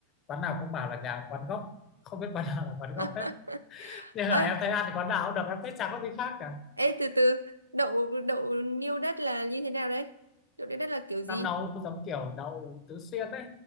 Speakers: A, on the left (about 30°); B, on the right (about 80°).
A: quán nào cũng bảo là nhà quán gốc không biết quán nào là quán gốc
B: <laughs>
A: hết nhưng
B: ơi
A: mà em thấy ăn thì quán nào cũng được em thấy chả có gì khác cả
B: ê từ từ đậu đậu niêu đất là như thế nào đấy đậu niêu đất là kiểu gì
A: nó nấu giống kiểu đậu tứ xuyên đấy